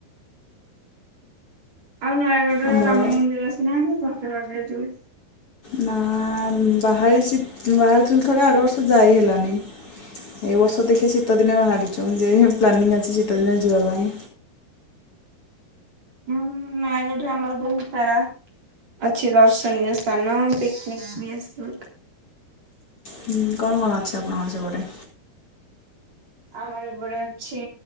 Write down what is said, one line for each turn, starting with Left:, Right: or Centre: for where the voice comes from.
Right: ଆଉ ନୟାଗଡ
Left: ଆମର
Right: ର ରାମ ମନ୍ଦିର ଆସିନାହାନ୍ତି ଫତେଗଡରେ ଯୋଉ
Left: ନାଁ ଆ ବାହାରିଛି ବାହାରିଥିଲି ଥରେ ଆର ବର୍ଷ ଯାଇ ହେଲାନି ଏ ବର୍ଷ ଦେଖି ଶୀତ ଦିନେ ବାହାରିଛୁ ଯେ ପ୍ଲାନିଂ ଅଛି ଶୀତ ଦିନରେ ଯିବା ପାଇଁ।
Right: ହୁଁ ନାଇଁ ଏଠି ଆମର ବହୁତ ସା ଅଛି ଦର୍ଶନୀୟ ସ୍ଥାନ ପିକନିକ ବି ଆସିଵ।
Left: ହୁଁ କଣ କଣ ଅଛି ଆପଣଙ୍କର ସେପଟେ?
Right: ଆମର ଏପଟେ ଅଛି